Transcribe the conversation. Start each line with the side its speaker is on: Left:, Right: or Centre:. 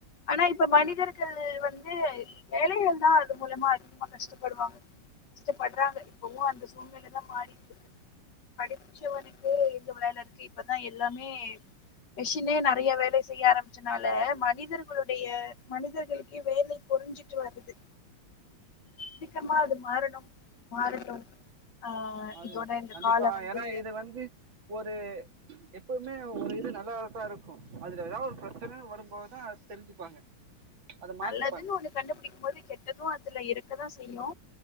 Left: ஆனா இப்ப மனிதர்களு வந்து வேலைகள் தா அது மூலமா அதிகமா கஷ்டப்படுவாங்க இஷ்ட பட்றாங்க இப்பவு அந்த சூழ்நில தா மாறிட்டுருக்கு படிச்சவனு க்கு எங்க வேல இருக்கு இப்பதா எல்லாமே மிஷினே நெறைய வேலை செய்ய ஆரம்பிச்சனால மனிதர்களுடைய மனிதர்களுக்கு வேலை பொரிஞ்சிட்டு வருது சீக்கரமா அது மாறணும் மாறட்டும் ஆ
Right: மாறிரும்
Left: இதோட இந்த
Right: கண்டிப்பா
Left: கால வந்து
Right: ஏனா இது வந்து ஒரு எப்பவுமே ஒரு இது நல்லாதாத்தா இருக்கு அதுல ஏதா ஒரு பிரச்சன வரும்போதுதா அது தெரிஞ்சுப்பாங்க <inaudible> மாத்திப்பாங்க
Left: நல்லதுனு ஒண்ணு கண்டுபிடிக்கும் போது கெட்டதூ அதுல இரு க்கதா செய்யு